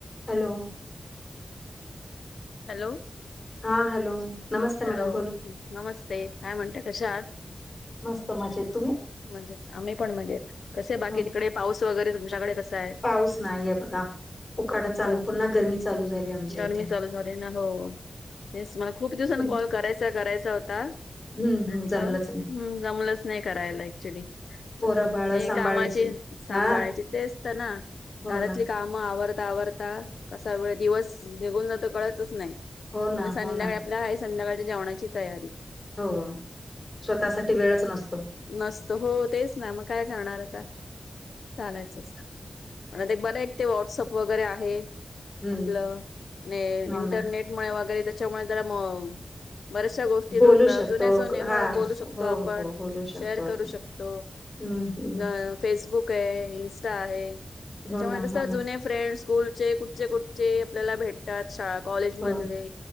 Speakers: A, on the left; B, on the left.
A: Hello.
B: Hello.
A: हा hello. नमस्ते
B: hello.
A: Madam बोला
B: नमस्ते काय म्हणते कशा आहात.
A: मस्त मजेत तुम्ही.
B: मजेत आम्ही पण मजेत. कसे बाकी
A: हो
B: तिकडे पाऊस वगैरे, तुमच्याकडे कसाय.
A: पाऊस नाहीये बघा. उकाडा चालू
B: हो.
A: पुन्हा गरमी चालू झाली आमच्या
B: गर्मी
A: इथे
B: चालू झाली ना, हो हेच मला खूप, खूप दिवसापासून
A: तुम
B: कॉल, कराय करायचा होता
A: हम्म
B: म्हटलं.
A: हम्म जमलंच नाही
B: हम्म. जमलंच नाही करायला ऍक्च्युली.
A: पोरं
B: असं
A: बाळ
B: ते
A: सांभाळायचं
B: कामाची सांभाळायचे,
A: हा
B: तेच तर ना
A: हो
B: दारातली.
A: ना
B: काम आवरता आवरता, कसा वेळ दिवस निघून जात कळतंच नाही.
A: हो
B: पण
A: ना
B: संध्याकाळी
A: हो ना
B: आपल्या आहे, संध्याकाळच्या जेवणाची तयारी.
A: हो, स्वतःसाठी वेळच नसतो.
B: नसतो हो तेच ना, मग काय करणार आता चालायचंच. आणि ते बरं, एक ते व्हॉट्सअप वगैरे आहे.
A: हम्म
B: आपलं न
A: हो
B: इंटरनेटमुळे
A: ना
B: वगैरे, त्यांच्यामुळे त्याला म बऱ्याचशा गोष्टी
A: बोलू
B: जुने
A: शकतो
B: जुने हो,
A: हा
B: बोलू शकतो आपण
A: हो हो बोलू शकतो
B: शेअर
A: आपण
B: करू शकतो.
A: हम्म हम्म
B: अ फेसबुक आहे, इनस्टा आहे, त्यांच्यामुळे
A: हो ना
B: कस
A: हो ना
B: जुने. फ्रेंड स्कूलचे कुठचे, कुठचे आपल्याला भेटतात शाळा कॉलेज मधले.
A: हो